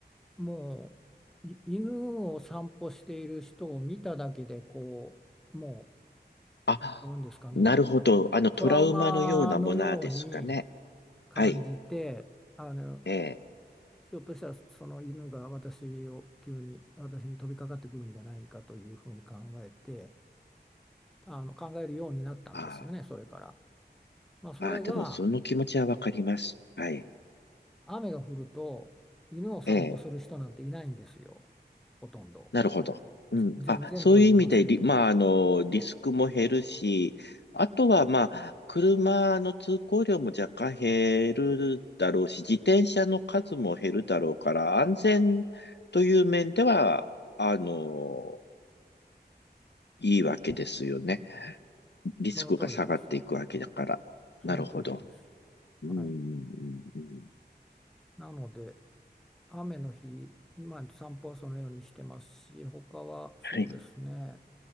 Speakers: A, in the centre; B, on the left.
A: もうい犬を散歩している人を見ただけでこうも
B: あ、
A: うどういうんですかね
B: なるほど。あの、トラウマのようなものですかね。
A: トラウマのように感じてあの
B: はい。ええ。
A: ひょっとしたらその犬が私を急に私に飛びかかってくるんじゃないかというふうに考えてあの考えるようになったんですよねそれから。
B: あ
A: まあ、それが
B: あ、ああでもその気持ちはわかります。はい。
A: 雨が降ると犬を散歩する人なんていないんですよ
B: ええ。
A: ほとんど。
B: なるほど。うん。
A: ぜ全然とは言いませんけど
B: あ、そういう意味でリ、まあ、あの、リスクも減るし、あとは、まあ、車の通行量も若干減るだろうし、自転車の数も減るだろうから、安全という面では、あの、いいわけですよね。リスクが下がっていくわけだから。
A: その通りです。
B: なるほど。
A: その通りです。
B: うん。
A: はい。
B: うんうん
A: なので、雨の日、まあ、散歩はそのようにしてますし、他はそうですね、
B: はい。